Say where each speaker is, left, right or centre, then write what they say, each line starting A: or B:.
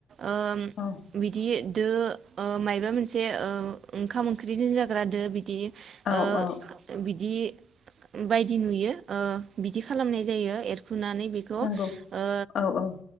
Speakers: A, on the right; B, on the left.
A: ओ
B: औ
A: बिदि दो ओ मायबा मोनसे ओ ओंखाम ओंख्रि दोनजाग्रा दो बि दि
B: औ
A: ओ
B: औ
A: बिदि बायदि नुयो ओ बिदि खालामनाय जायो एर फुनानै बेखौ
B: नंगौ
A: ओ
B: औ औ